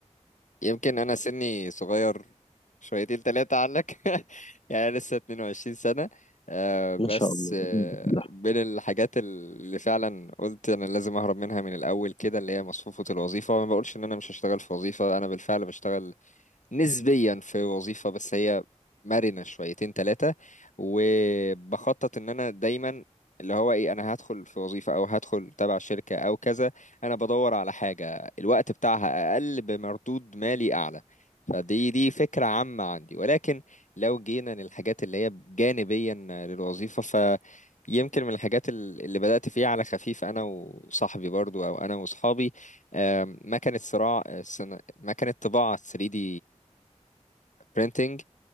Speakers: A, on the left; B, on the left.
A: يمكن انا سني صغير شويتين تلاتة عنك <laughs> يعني أنا لسه 22 سنة آه، بس
B: ما شاء الله
A: آه،
B: ربنا يديك الصحة
A: بين الحاجات اللي فعلا قلت انا لازم اهرب منها من الاول كده اللي هي مصفوفة الوظيفة وما بقولش ان انا مش هشتغل في وظيفة انا بالفعل بشتغل نسبيا في وظيفة بس هي مرنة شويتين ثلاثة وبخطط ان انا دايما اللي هو ايه انا هدخل في وظيفة او هدخل تبع شركة او كذا انا بدور على حاجة الوقت بتاعها اقل بمردود مالي اعلى فدي دي فكرة عامة عندي ولكن لو جينا للحاجات اللي هي جانبيا للوظيفة ف يمكن من الحاجات ال- اللي بدأت فيها على خفيف أنا وصاحبي برضو أو أنا وصحابي آم، ما كانت صراع مكنة طباعة 3D printing